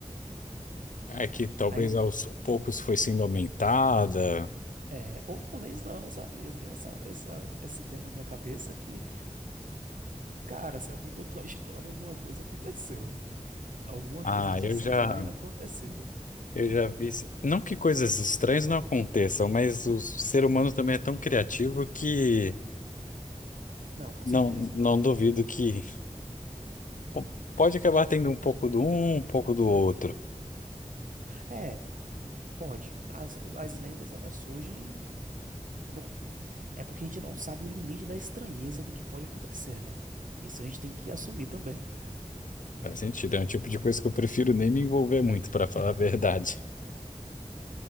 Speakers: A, on the left; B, on the right.
A: é que talvez
B: aí
A: aos poucos foi sendo aumentada.
B: é, ou talvez não, sabe? Eu tenho essa, essa, essa ideia na minha cabeça que, cara, se alguém contou a história, alguma coisa aconteceu. Alguma
A: Ah,
B: coisa de
A: eu
B: estranho
A: já.
B: aconteceu.
A: Eu já vi. isso. Não que coisas estranhas não aconteçam, mas o ser humano também é tão criativo que
B: Não, com
A: não,
B: certeza.
A: não duvido que po- pode acabar tendo um pouco do um, um pouco do outro.
B: É, pode. As, as lendas, elas surgem. Bom, é porque a gente não sabe o limite da estranheza do que pode acontecer, né? Isso a gente tem que assumir também.
A: Faz sentido, é um tipo de coisa que eu prefiro nem me envolver muito, para falar
B: <laughs>
A: a verdade.